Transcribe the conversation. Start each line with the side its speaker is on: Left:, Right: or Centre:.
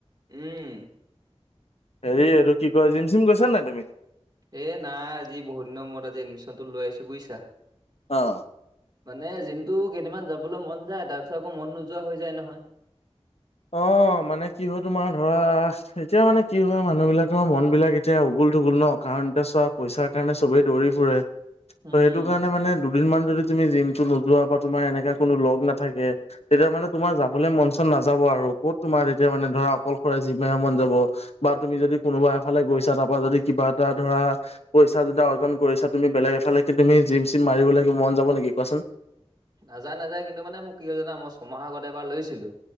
Right: উম।
Left: হেৰি, এইটো কি কয়? জিম-চিম গৈছা নাই তুমি?
Right: এ নাই। আজি বহুত দিনৰ মূৰত, আজি এডমিশ্যনটো লৈ আহিছোঁ। বুজিছা।
Left: অঁ
Right: মানে জিমটো, কেইদিনমান যাবলৈ মন যায়। তাৰপিছত আকৌ মন নোযোৱা হৈ যায় নহয়।
Left: অঁ, মানে কি হয় তোমাৰ, ধৰা এতিয়া মানে কি হয়, মানুহবিলাকৰ মনবিলাক এতিয়া উগুল-থুুগুল ন'। কাৰণ এতিয়া চোৱা, পইচা কাৰণেই চবেই দৌৰি ফুৰে। ত', সেইটোক
Right: উম,
Left: সেইটো কাৰণে মানে, দুদিন মান যদি তুমি জিমটো নোযোৱা বা তোমাৰ এনেকা কোনো লগ নাথাকে তেতিয়া মানে তোমাৰ যাবলৈ মন- চন নাযাব আৰু। ক'ত তোমাৰ তেতিয়া মানে ধৰা অকলশৰে জিম মাৰিব মন যাব। বা তুমি যদি কোনোবা এফালে গৈছা, তাৰপা যদি কিবা এটা ধৰা পইচা দুটা অৰ্জন কৰিছা তুমি বেলেগ এফালে। তুমি জিম-চিম মাৰিব লাগিব, মন যাব নেকি, কোৱাচোন?
Right: নাযায়, নাযায়। কিন্তু মানে মোক কি হ'ল জানা, মই ছমাহ আগত এবাৰ লৈছিলোঁ।